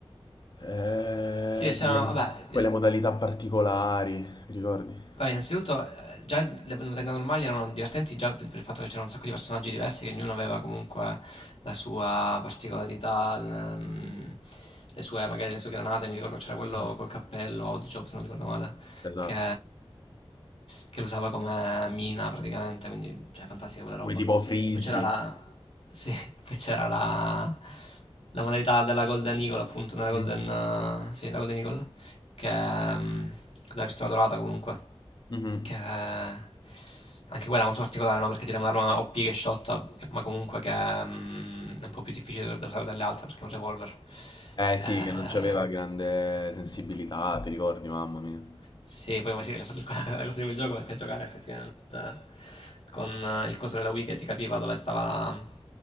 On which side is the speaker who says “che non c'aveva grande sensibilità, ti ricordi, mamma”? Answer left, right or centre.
Left